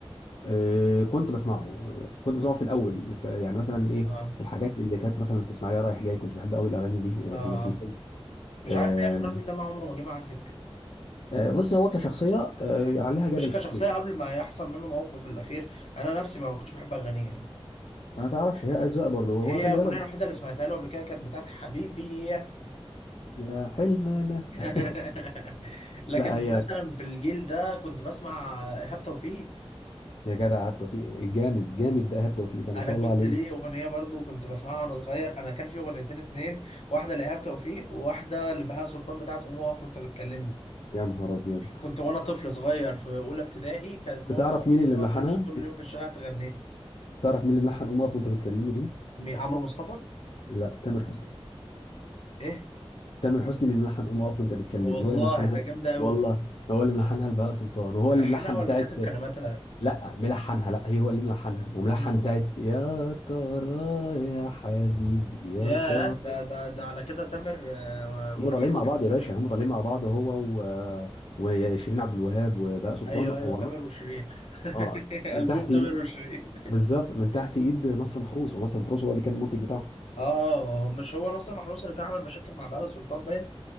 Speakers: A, on the left (about 65°); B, on the left (about 80°).
A: آه، كنت بسمعه آه، كنت بسمعه في الاول ف... يعني مثلا ايه
B: آه
A: الحاجات اللي كانت مثلا في اسماعيليه رايح جاي كنت بحب قوي الاغاني دي اللي
B: آه
A: في الفيلم
B: مش
A: آه،
B: عارف ليه يا أخي الراجل ده ما عمره ما جه معاه سكة
A: آه، بص هو كشخصيه آه، عليها جدل
B: مش
A: كتير
B: كشخصية
A: يعني
B: قبل ما يحصل منه موقف الأخير أنا نفسي ما ما كنتش بحب أغانيه يعني.
A: ما تعرفش هي اذواق برضه هو
B: هي
A: خلي
B: الأغنية
A: بالك
B: الوحيدة اللي سمعتها له قبل كده كانت بتاعت حبيبي
A: يا حلم انا
B: <laughs>
A: <laughs>
B: لكن
A: لا هي
B: مثلا في الجيل ده كنت بسمع إيهاب توفيق
A: يا جدع ايهاب توفيق الجامد جامد ده ايهاب توفيق ده ما
B: انا
A: شاء
B: كنت
A: الله عليه
B: ليه اغنيه برضو كنت بسمعها وانا صغير انا كان في اغنيتين اتنين واحده لإيهاب توفيق وواحده لبهاء سلطان بتاعت قوم اقف وانت بتكلمني
A: يا نهار ابيض
B: كنت وانا طفل صغير في اولى ابتدائي كانت ماما
A: تعرف
B: بتقول لي
A: مين
B: كنت
A: اللي
B: بتقعد
A: ملحنها
B: تمشي طول اليوم في الشارع تغني
A: تعرف مين اللي ملحن قوم اقف وانت بتكلمني دي
B: مي- عمرو مصطفى
A: لا تامر حسني
B: ايه
A: تامر حسني اللي ملحن قوم اقف وانت بتكلمني
B: والله
A: هو اللي ملحنها
B: ده جامده قوي
A: والله هو اللي ملحنها لبهاء سلطان وهو
B: ملحنها
A: اللي ملحن
B: ولا
A: بتاعت
B: كاتب كلماتها
A: لا ملحنها لا هي هو اللي ملحنها وملحن
B: مم.
A: بتاعت يا ترى يا حبيبي يا
B: ياه
A: ترى
B: ده ده ده على كده تامر آه، مرحب
A: هم طالعين مع بعض
B: جامد
A: يا باشا
B: بقى
A: هم طالعين مع بعض هو و... وشيرين عبد الوهاب وبهاء سلطان
B: ايوه
A: هو
B: ايوه تامر وشيرين
A: اه
B: <laughs>
A: من
B: البوم
A: تحت
B: تامر
A: ايد
B: وشيرين
A: بالظبط من تحت ايد نصر محروس ونصر محروس هو اللي كان المنتج بتاعه
B: اه هو مش هو ناصر محروس اللي كان عامل مشاكل مع بهاء سلطان باين